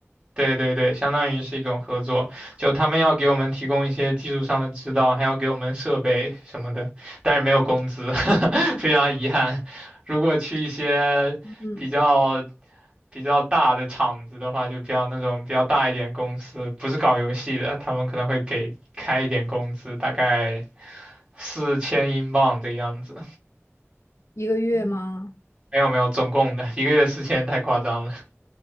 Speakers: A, on the right; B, on the left.
A: 对对对，相当于是一种合作，就他们要给我们提供一些技术上的指导，还要给我们设备什么的，但是没有工资，<laughs> 非常遗憾。如果去一些比较
B: 嗯，
A: 比较大的厂子的话，就比较那种比较大一点公司，不是搞游戏的，他们可能会给开一点工资，大概四千英镑这个样子。
B: 一个月吗？
A: 没有没有，总共的一个月四千太夸张了。